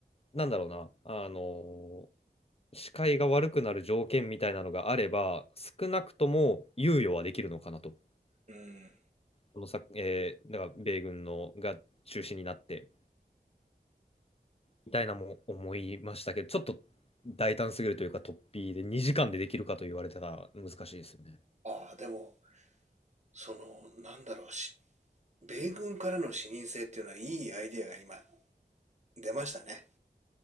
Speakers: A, on the left; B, on the right.
A: う、なんだろうな、あの、視界が悪くなる条件みたいなのがあれば、少なくとも猶予はできるのかなと。
B: うん
A: このさ、えーだから米軍のが中心になって。みたいなも思いましたけど、ちょっと大胆すぎるというか、突飛で2時間でできるかと言われたら難しいですよね。
B: ああ、でも、その、なんだろうし、米軍からの視認性っていうのはいいアイデアが今出ましたね。